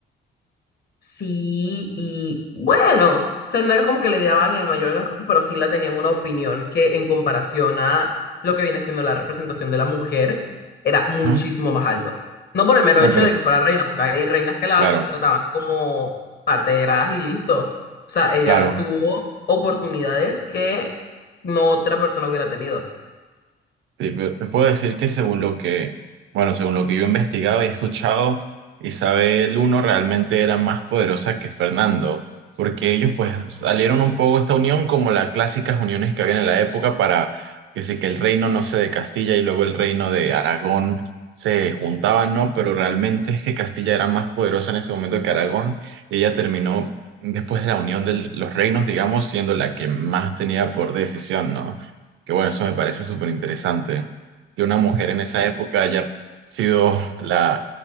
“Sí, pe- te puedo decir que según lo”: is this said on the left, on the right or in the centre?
Right